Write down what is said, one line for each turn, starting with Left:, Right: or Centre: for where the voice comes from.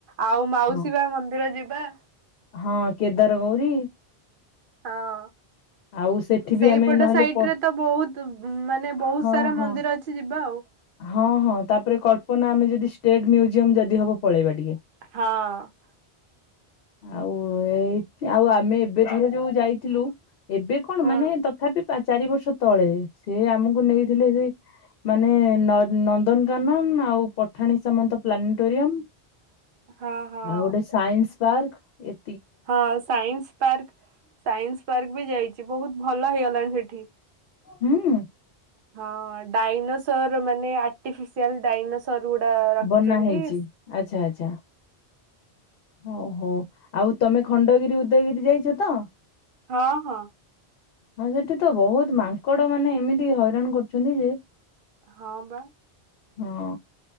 Right: ଆଉ ମାଉସୀ
Left: ହଁ
Right: ମା ମନ୍ଦିର ଯିବା।
Left: ହଁ କେଦାର ଗୌରୀ।
Right: ହଁ।
Left: ଆଉ ସେଠି
Right: ସେଇପଟ
Left: ବି ଆମେ ନହେଲେ
Right: ସାଇଟ୍
Left: ପ
Right: ରେ ତ ବହୁତ୍ ମାନେ ବହୁତ୍
Left: ହଁ
Right: ସାରା
Left: ହଁ।
Right: ମନ୍ଦିର ଅଛି। କିଛି ଯିବା ଆଉ।
Left: ହଁ -ହଁ ତାପରେ କଳ୍ପନା ଆମେ ଯଦି ଷ୍ଟେଟ୍ ମ୍ୟୁଜିୟମ୍ ଯଦି ହବ ପଳେଇବା ଟିକେ।
Right: ହଁ।
Left: ଆଉ -ଆଉ ଆମେ ଏବେଥରେ ଯଉ ଯାଇଥିଲୁ ଏବେ କଣ
Right: ହଁ
Left: ମାନେ ତଥାପି ଚାରି ବର୍ଷ ତଳେ ସେ ଆମକୁ ନେଇଥିଲେ ସେ ମାନେ ନ-ନନ୍ଦନକାନନ ଆଉ ପଠାଣି ସାମନ୍ତ ପ୍ଲାନିଟୋରିୟମ୍।
Right: ହଁ ହଁ
Left: ଆଉ ଗୋଟେ ସାଇନ୍ସ୍ ପାର୍କ ଏ
Right: ହଁ ସାଇନ୍ସ୍ ପାର୍କ ସାଇନ୍ସ୍ ପାର୍କ ବି ଯାଇଚି ବହୁତ୍ ଭଲ ହେଇଗଲାଣି ସେଠି।
Left: ହୁଁ।
Right: ହଁ ଡାଇନୋସର୍ ମାନେ ଆର୍ଟିଫିସିଆଲ୍ ଡାଇନୋସର୍ ଗୁଡା ରଖିଚନ୍ତି।
Left: ବନା ହେଇଛି ଆଚ୍ଛା ଆଚ୍ଛା। ହଉ ହଉ ଆଉ ତମେ ଖଣ୍ଡଗିରି ଉଦୟଗିରି ଯାଇଚ ତ?
Right: ହଁ ହଁ।
Left: ହଁ ସେଠି ତ ବହୁତ୍ ମାଙ୍କଡ ମାନେ ଏମିତି ହଇରାଣ କରୁଚନ୍ତି ଯେ
Right: ହଁ ପା।
Left: ହଁ